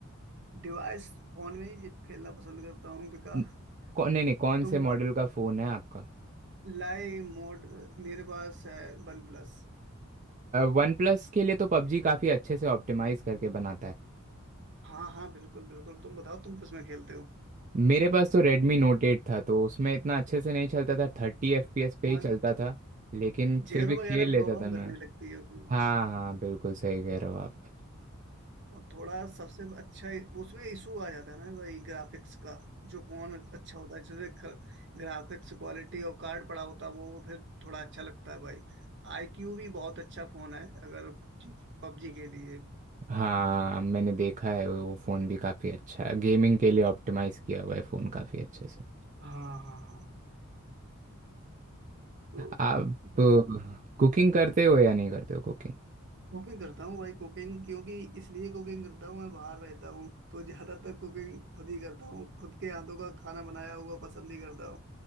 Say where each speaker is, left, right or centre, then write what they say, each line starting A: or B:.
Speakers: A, on the right (about 55°); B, on the right (about 35°).
A: डिवाइस फोन में ही खेलना पसंद करता हूँ बिकॉज
B: न- कौन नहीं नहीं कौन
A: तुम
B: से मॉडल का फ़ोन है आपका
A: लाई मोड मेरे पास है वन प्लस
B: वन प्लस के लिए तो पबजी काफ़ी अच्छे से ऑप्टिमाइज करके बनाता है
A: हाँ हाँ बिल्कुल बिल्कुल तुम बताओ तुम किसमें खेलते हो
B: मेरे पास तो Redmi Note 8 था तो उसमें इतना अच्छे से नहीं चलता था थर्टी fps पे
A: हाँ
B: ही चलता था लेकिन
A: जेरो
B: फिर भी
A: वगैरह
B: खेल लेता
A: प्रॉब्लम
B: था मैं
A: करने लगती है उसमें
B: हाँ हाँ बिल्कुल सही कह रहे हो आप
A: और थोड़ा सबसे अच्छा उसमें इशू आ जाता है ना भाई ग्राफिक्स का जो कौन अच्छा होता है जैसे ग्राफिक्स क्वालिटी और कार्ड पड़ा होता है वो फिर थोड़ा अच्छा लगता है भाई आईक्यू भी बहुत अच्छा फोन है अगर पबजी पबजी के लिए
B: हाँ मैंने देखा है वो फ़ोन भी काफ़ी अच्छा है गेमिंग के लिए ऑप्टिमाइज किया हुआ है फ़ोन काफ़ी अच्छे से
A: हाँ हाँ हाँ तो
B: आप
A: भाई
B: कुकिंग करते हो या नहीं करते हो कुकिंग
A: कुकिंग करता हूँ भाई कुकिंग क्योंकि इसलिए कुकिंग करता हूँ मैं बाहर रहता हूँ तो ज्यादातर कुकिंग खुद ही करता हूँ खुद के हाथों का खाना बनाया हुआ पसंद ही करता